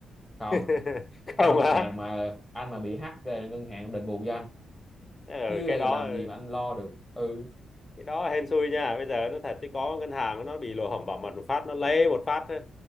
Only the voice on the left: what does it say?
<laughs> Không
á.
Ờ,
cái đó
cái đó hên xui nha bây giờ nó thật chứ có ngân hàng nó bị lỗ hổng bảo mật một phát nó lấy một phát ấy.